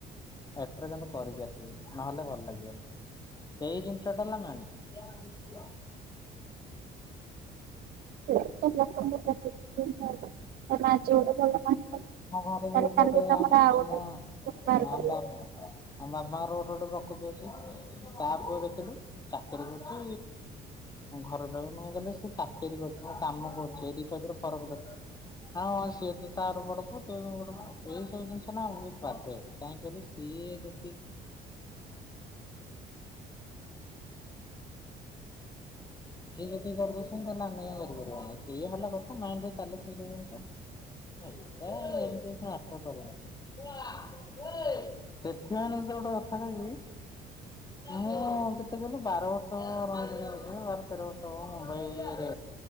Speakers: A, on the left; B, on the right.
A: ଏଥର କିନ୍ତୁ କରିକି ଆସିଲି। ନହେଲେ ଭଲ ଲାଗିବନି ସେଇ ଜିନିଷଟା ହେଲା ମେନ।
B: <unintelligible> ହବ। <unintelligible>
A: ଆମ
B: ତାହେଲେ କାଲି
A: ଘରେ <unintelligible>
B: ତମର
A: ଆ
B: ଆଉ
A: ଆମ
B: ଗୋଟେ ବାହାର
A: ହଁ ଆମ ମାମା-ବାବା
B: କରିବେ
A: ଆମ ମାମା ର ଗୋଟେ ଗୋଟେ ପ୍ରକୃତି ଅଛି ତା ପୁଅ ଦେଖିଲୁ ଚାକିରି କରୁଛି ଘର ଚଳଉନୁ ମୁଁ କଲେ ସେ ଚାକିରି କରୁଛି ମୁଁ କାମ କରୁଛି ଏଇ ଦିଟା ଭିତରେ ଫରକ ଦେଖ। ହଁ ହ ସିଏ ତ ତାର ବଡ ପୁଅ ତୁ ବଡ଼ ପୁଅ ଏଇ ସବୁ ଜିନିଷ ନା ବହୁତ ବାଧେ କାହିଁକି କହିଲୁ ସିଏ ଯଦି <inaudible> ଏ ଯଦି କରିଦଉଛନ୍ତି ତାହଲେ ଆମେ କାହିଁ କରିପାରିବନି ସେଇ ହେଲା କଥା ମେନ ହେଲା ଚାଲେ ସେ ସବୁ ଜିନିଷ ହେଟା ଏମିତି ମ୍ୟାର୍ଟର କରେନି ସେଥିପାଇଁ ଗୋଟେ କଥା କହିବି ମୁଁ କେତେ କହିଲୁ ବାର ବର୍ଷ ରହିଲିଣି ଏଠେ ବାର ଆର ବର୍ଷ ମୁଁ ମୁମ୍ବାଇରେ